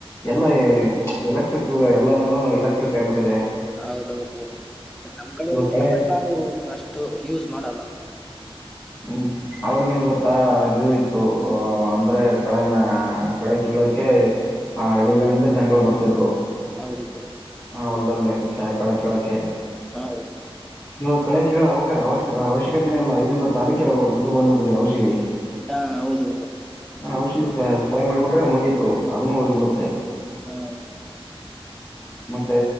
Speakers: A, on the left (about 30°); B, in the centre.
A: ಎಲ್ಲಾ ಎಲೆಕ್ಟ್ರಿಕ್ ಯುಗಾ ಎಲ್ಲಾನು ಎಲೆಕ್ಟ್ರಿಕ್ ಆಗಿಬಿಟ್ಟಿದೆ.
B: ಹೌದೌದು ನಮ್ ಕಡೆ ಇದೇ
A: ಕಳೆ
B: ಬಟ್ ನಾವು ಅಷ್ಟು ಯೂಸ್ ಮಾಡಲ್ಲಾ
A: ಹುಂ ಅವಾಗೇಏನ್ ಗೊತ್ತಾ ಅದು ಇತ್ತು ಅ ಅಂದ್ರೆ ಕಳೆನ ಕಳೇ ಕೀಳಕ್ಕೆ ಆ ಹಳ್ಳಿಗಳಿಂದ ಜನಗಳು ಬರ್ತಿದ್ರು
B: ಹೌದು ಬ್ರೋ
A: ಆ ಹೊಲ್ದಲ್ಲಿ ಕಿಳ ಕೆಳೇ ಕಿಳಕ್ಕೆ
B: ಹಾ ಬ್ರೋ
A: ಇವಾಗ ಕಳೆ ಕೀಳೊ ಅವಶ್ಯಕತೆ ಇಲ್ಲಾ ಏನ್ ಗೊತ್ತಾ ಅದಕ್ಕೆ ಇದು ಬಂದ್ಬಿಟ್ಟಿದೆ ಔಷಧಿ
B: ಹಾ ಹೌದು
A: ಹ ಔಷಧಿ ಸ್ಪ್ರೇ ಮಾಡಿಬಿಟ್ರೆ ಮುಗೀತು ಅದನ್ನು ಹೋಗಿಬಿಡುತ್ತೆ.
B: ಹಾ
A: ಮತ್ತೆ